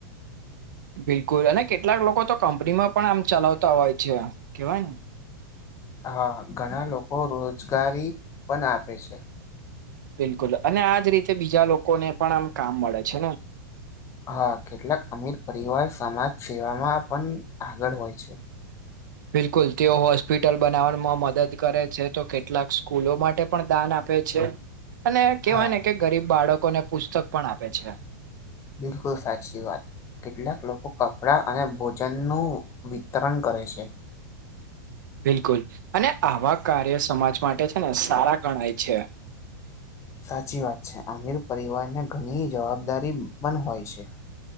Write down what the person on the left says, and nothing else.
હા ઘણા લોકો રોજગારી પણ આપે છે.
હા કેટલાક અમીર પરિવાર સમાજ સેવાવામાં પણ આગળ હોય છે.
હા
બિલકુલ સાચી વાત. કેટલાક લોકો કપડા અને ભોજનનુંું વિતરણ કરે છે.
સાચી વાત છે આમિર પરિવારને ઘણી જવાબદારી પણ હોય છે.